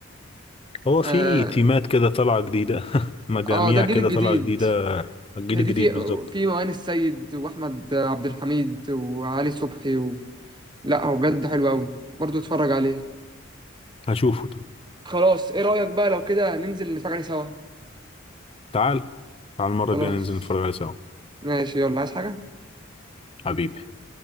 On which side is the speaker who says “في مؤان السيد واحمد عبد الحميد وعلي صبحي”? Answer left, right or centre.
Right